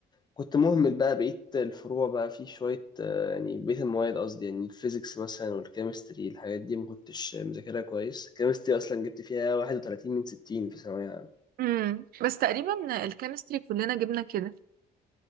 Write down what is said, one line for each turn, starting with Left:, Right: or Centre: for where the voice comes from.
Left: كنت مهمل بقى بقيه الفروع بقى في شويه آه، يعني بقيه المواد قصدي يعني الفيزيكس مثلا والكيمستري الحاجات دي ما كنتش مذاكرها كويس الكيمستري اصلا جبت فيها 31 من 60 في ثانويه عامه
Right: امم بس تقريبا الكيمستري كلنا جبنا كده